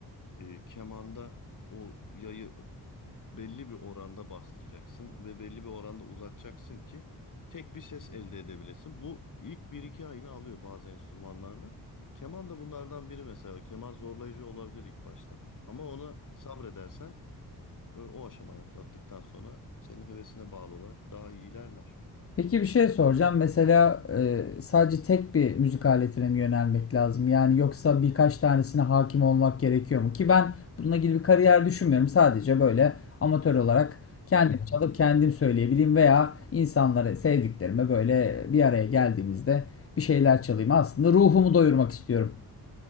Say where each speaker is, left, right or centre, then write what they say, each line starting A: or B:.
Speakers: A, on the left (about 55°); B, on the left (about 35°).
A: e, kemanda o yayı belli bir oranda bastıracaksın ve belli bir oranda uzatacaksın ki tek bir ses elde edebilesin. Bu ilk bir iki ayını alıyor bazı enstrümanlarda. Keman da bunlardan biri mesela. Keman zorlayıcı olabilir ilk başta. Ama ona sabredersen e, o aşamayı atlattıktan sonra senin hevesine bağlı olarak daha iyi ilerler.
B: Peki bir şey soracağım. Mesela e, sadece tek bir müzik aletine mi yönelmek lazım? Yani yoksa birkaç tanesine hakim olmak gerekiyor mu? Ki ben bununla ilgili bir kariyer düşünmüyorum. Sadece böyle amatör olarak kendim
A: <laughs>
B: çalıp kendim söyleyebileyim veya insanlara sevdiklerime böyle bir araya geldiğimizde bir şeyler çalayım. Aslında ruhumu doyurmak istiyorum.